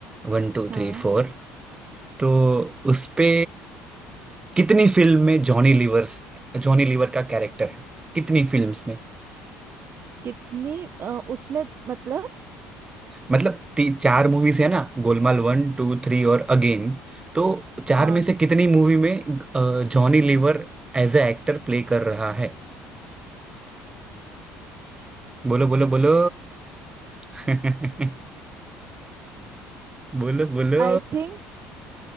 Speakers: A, on the right; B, on the right.
A: One two
B: हाँ
A: three four तो उसपे कितनी फिल्म में जॉनी लीवर्स जॉनी लीवर का कैरेक्टर है कितनी फिल्म्स में
B: कितनी अ, उसमें मतलब
A: मतलब ती, चार मूवीज है ना गोलमाल वन टू थ्री और अगेन तो चार
B: हाँ
A: में से कितनी मूवी में अ, Johnny Lever as a actor play कर रहा है बोलो बोलो बोलो <laughs> बोलो बोलो
B: आई थिंक